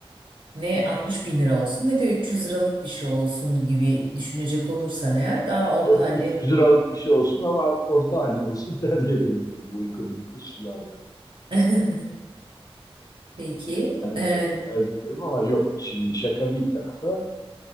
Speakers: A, on the right; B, on the left.
A: ne 60 bin lira olsun ne de 300 liralık bir şey olsun gibi düşünecek olursan eğer daha orta
B: Yok
A: halli.
B: 300 Evet. liralık bir şey olsun ama orta halli olsun <laughs> tercih ederim tabii bu ekonomik koşullarda.
A: <laughs> Peki.
B: Yani
A: E,
B: öyle tercih ederim ama yok şimdi şaka bir tarafa.